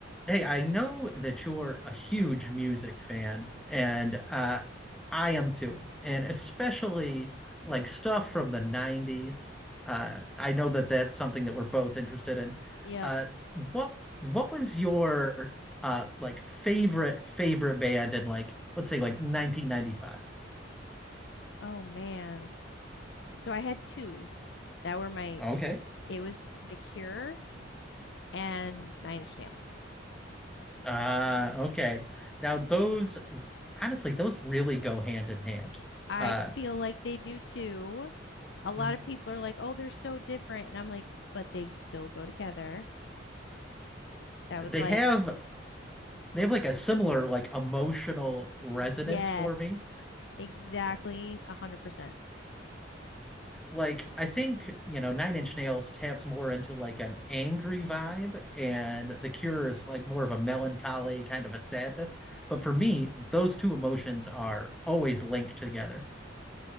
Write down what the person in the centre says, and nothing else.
Hey, I know that you're a huge music fan, and uh, I am too, and especially like stuff from the 90s. Uh, I know that that's something that we're both interested in.
Uh, what what was your uh, like favorite favorite band in like let's say like 1995?
Okay.
Uh, okay. Now those honestly, those really go hand in hand.
Uh,
Yeah.
they
have they have like a similar like emotional resonance
for me.
Yeah.
Like I think, you know, Nine Inch Nails taps more into like an angry vibe and The Cure is like more of a melancholy kind of a sadness, but for me, those two emotions are always linked together.